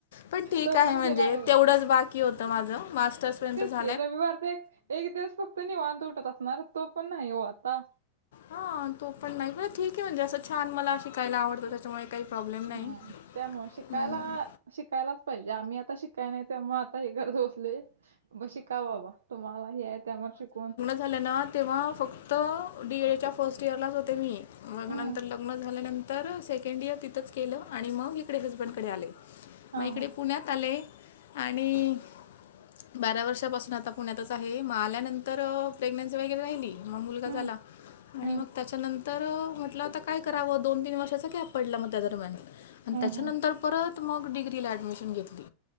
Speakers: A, on the left; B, on the right.
A: पण ठीक
B: तो
A: आहे
B: पण
A: म्हणजे
B: गेला रविवार.
A: तेवढंच बाकी होतं माझं मास्टर्सपर्यंत झाल
B: ते रविवारचं एक एक दिवस फक्त निवांत उठत असणार, तो पण नाही हो आता.
A: हा तो पण नाही मला ठीक आहे म्हणजे असं छान मला शिकायला आवडतं. त्याच्यामुळे काही प्रॉब्लेम नाही
B: हम्म. त्यामुळे
A: हम्म.
B: शिकायला शिकायलाच पाहिजे. आम्ही आता शिक काय नाही त्यामुळे आता हे घरात बसले. ब शिका बाबा तुम्हाला हे आहे त्यामुळं शिकून
A: झाले ना तेव्हा फक्त डीएडच्या फर्स्ट इयरलाच होते मी. मग
B: हं.
A: नंतर लग्न झाल्यानंतर सेकंड इयर तिथंच केलं आणि मग इकडे हजबंडकडे आले,
B: हां,
A: मग इकडे
B: हां.
A: पुण्यात आले आणि बारा वर्षापासून आता पुण्यातच आहे, मग आल्यानंतर प्रेग्नेन्सी वगैरे राहिली. मग मुलगा
B: हं,
A: झाला आणि
B: हं.
A: मग त्याच्यानंत तर म्हटलं होता काय करावं दोन तीन वर्षाचा गॅप पडला मग त्या दरम्यान आणि
B: हं,
A: त्याच्यानंतर
B: हं.
A: परत मग डिग्रीला ॲडमिशन घेतली.